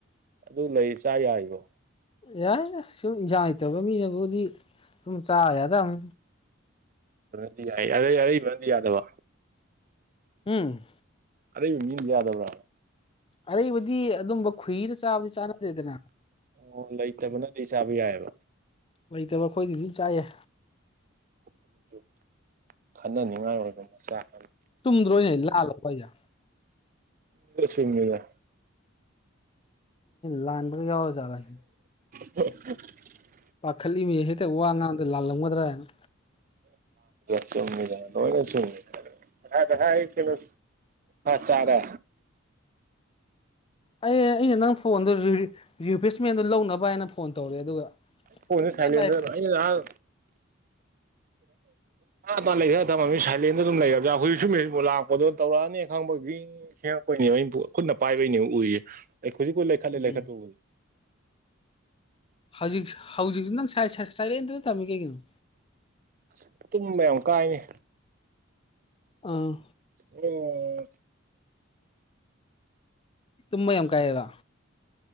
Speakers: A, on the right; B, on the left.
A: ꯑꯗꯨ ꯂꯩ ꯆꯥ ꯌꯥꯔꯤꯕꯣ
B: ꯌꯥꯏ ꯁꯨꯝ ꯏꯟꯁꯥꯡ ꯂꯩꯇꯕ ꯃꯤꯅꯕꯨꯗꯤ ꯁꯨꯝ ꯆꯥ ꯌꯥꯗꯕ
A: ꯗꯤ ꯌꯥꯏ ꯑꯔꯩ ꯑꯔꯩ ꯃꯔꯝꯗꯤ ꯌꯥꯗꯕ
B: ꯎꯝ
A: ꯑꯔꯤꯕ ꯃꯤꯡꯗꯤꯌꯥꯗꯕꯔ
B: ꯑꯔꯩꯕꯗꯤ ꯑꯗꯨꯝꯕ ꯈꯨꯏꯔ ꯆꯥꯕꯗꯤ ꯆꯥꯟꯅꯗꯦꯗꯅ
A: ꯑꯣ ꯂꯩꯇꯕꯅꯗꯤ ꯆꯥꯕ ꯌꯥꯏꯑꯕ
B: ꯂꯩꯇꯕ ꯑꯩꯈꯣꯏꯗꯤ ꯑꯗꯨꯝ ꯆꯥꯏꯑ
A: ꯑꯗꯨ ꯈꯟꯅꯅꯤꯡꯉꯥꯏ ꯑꯣꯏꯕ ꯃꯆꯥꯥꯛ
B: ꯆꯨꯝꯗ꯭ꯔꯣꯅꯦ ꯂꯥꯜꯂꯕꯖ
A: ꯀꯁꯨꯃꯤꯗ
B: ꯂꯥꯟ ꯌꯥꯎ ꯆꯒꯥꯅꯤ
A: ꯍ
B: ꯄꯥꯈꯠꯂꯤꯃꯤ ꯍꯦꯛꯇ ꯋꯥ ꯉꯥꯡꯗ ꯂꯥꯜꯂꯝꯒꯗ꯭ꯔꯥ ꯍꯥꯏꯅ
A: ꯆꯃꯤꯗ ꯀꯁꯨꯃꯤ ꯍꯗ ꯀꯩꯅꯣ ꯆꯗ
B: ꯑꯦ ꯑꯩꯅ ꯅꯪ ꯐꯣꯟꯗꯣ ꯔꯤꯄ꯭ꯂꯦꯁꯃꯦꯟꯗꯣ ꯂꯧꯅꯕ ꯍꯥꯏꯅ ꯐꯣꯟ ꯇꯧꯔꯦ ꯑꯗꯨꯒ
A: ꯄꯨꯣꯏꯁꯨ
B: ꯁꯨꯡꯄꯥꯏ
A: ꯁꯥꯏꯂꯦꯟꯗ
B: ꯄꯥꯏꯔꯛꯇꯦ
A: ꯑ ꯂꯥꯛ ꯍ ꯂꯩ ꯊꯝꯃꯃꯤ ꯁꯥꯏꯂꯦꯟꯗ ꯑꯗꯨꯝ ꯂꯩꯔꯕꯖꯥ ꯍꯧꯖꯤꯛ ꯁꯨꯝ ꯂꯥꯛꯄꯗꯣ ꯇꯧꯔꯛꯑꯅꯤ ꯈꯪꯕ ꯒ ꯠꯄꯅꯦꯕ ꯑꯩ ꯈꯨꯠꯅ ꯄꯥꯏꯕꯩꯅꯦꯕ ꯎꯏꯌꯦ ꯑꯩ ꯍꯧꯖꯤꯛꯀꯨ ꯂꯩꯈꯠꯂꯦ
B: ꯎꯝ
A: ꯂꯩꯈꯠꯄ ꯎꯏ
B: ꯍꯧꯖꯤꯛ ꯍꯧꯖꯤꯛꯁꯤ ꯅꯪ ꯆꯗ ꯀ ꯀꯅꯣ
A: ꯑꯁ ꯇꯨꯝꯕ ꯌꯥꯝ ꯀꯥꯏꯅꯦ
B: ꯑꯥ
A: ꯑꯣ
B: ꯇꯨꯝꯃ ꯌꯥꯝ ꯀꯥꯏꯕ